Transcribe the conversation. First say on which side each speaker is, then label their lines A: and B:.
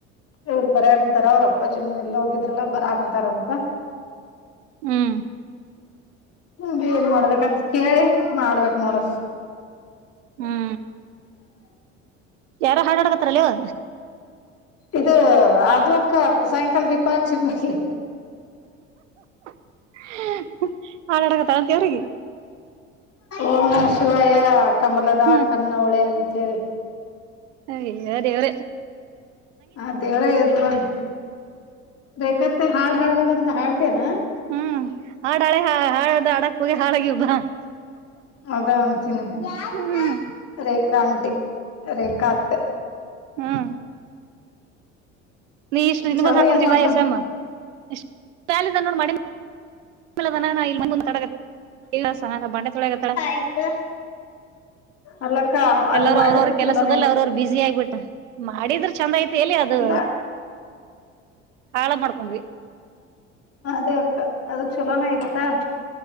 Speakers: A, on the left; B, on the right.
A: ಇವರು ಬರಯಂತಾರ ಅವ್ರ ಅಪ್ಪಾಜಿ ನು ಎಲ್ಲೆ ಹೋಗಿದ್ರಲ್ಲ ಬರಾಕಂತಾರಂತ
B: ಹುಂ
A: ಹಮ ಏನ್ ಮಾಡ್ಬೇಕಂತ ಕೇಳಿ ಮಾಡ್ಬೇಕ್ ನೋಡಕಾ
B: ಹುಂ ಯಾರೊ ಹಾರಾಡಾಕತ್ರಾಲ್ ಅವ್ವ
A: ಇದು ಆದು ಅಕ್ಕಾ ಸಾಯಂಕಾಲ ದೀಪ ಹಚ್ಚಿದ ಮ್ಯಾಲೆ
B: <inaudible> ಹಾರಾಡಕತ್ತಿ ಅಂತಿ ಅವ್ರಿಗೆ
A: ಓಂ ನಮಃ ಶಿವಾಯ ಕಮಲದಾ
B: ಹ್ಮ್
A: ಕಣ್ಣೋಳೆ ಅಂತೇಳಿ
B: ಐಯ ದೇವರೇ
A: ಆ ದೇವರೇ ಎದ್ದು ಬಂದ ರೇಖಾತ್ತಿಗ ಹಾಡ್ ಹಾಡ್ಬೇಕಂತ ಹಾಡತೀಯನ್
B: ಹುಂ ಹಾಡ ಹಾಡೆ ಹ ಹಾಡ ಹಾಡಕ್ ಹೋಗಿ ಹಾಳಾಗಿವ ಬಾ
A: ಅದಾ ಅಂತೀನಿ
B: ಹ್ಮ್
A: <inaudible> ರೇಖಾ ಆಂಟಿ ರೇಖಾ ಅತ್ತೆ
B: ಹುಂ ನೀ ಇಷ್ಟು ನಿನಗೊಂದ
A: ಚವು
B: ಹಾಕೊಡ್ತೀ
A: ಏನ್ ಮಾಡ್ತಾನ
B: ಬಾ ಸಮ್ಮ ಎಷ್ಟಾಲ ನೋಡ್ ಮಾಡಿ <unintelligible> ಸಹನಾ ಬಾಂಡೆ ತೊಳ್ಯಾಕಹತ್ತ್ಯಾಳ
A: <unintelligible> ಅಲ್ಲಕ್ಕ ಅದು
B: ಎಲ್ಲಾರು
A: ಮಾಡಿದ್ರೆ
B: ಅವ್ರವ್ರ ಕೆಲಸದಲ್ಲಿ
A: ಚಲೋನೇ ಇತ್ತು
B: ಅವ್ರವ್ರು ಬಿಸಿ ಆಗಿಬಿಟ್ಟಾರ್ ಮಾಡಿದ್ರ ಚೆಂದ ಐತೆ ಎಲ್ಲಿ ಅದು
A: ಅಲ್ಲ
B: ಹಾಳ ಮಾಡ್ಕೊಂಡ್ ವಿ
A: ಅದೇ ಅಕ್ಕ ಅದು ಚಲೋನೇ ಇತ್ತಾ